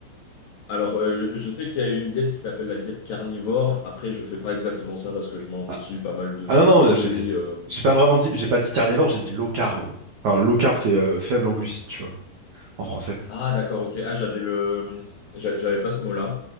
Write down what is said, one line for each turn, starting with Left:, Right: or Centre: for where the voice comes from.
Left: Alors, euh, je sais qu'il y a une diète qui s'appelle la diète carnivore. Après, je fais pas exactement ça parce que je mange
Right: Ah,
Left: aussi pas mal de
Right: ah
Left: fruits.
Right: non, non, j'ai
Left: euh,
Right: j'ai pas vraiment
Left: et-
Right: dit, j'ai pas dit carnivore, j'ai dit low carb. Enfin, low carb, c'est euh, faible en glucides, tu vois, en français.
Left: Ah, d'accord, ok. Ah, j'avais le, j'a- j'avais pas ce mot-là.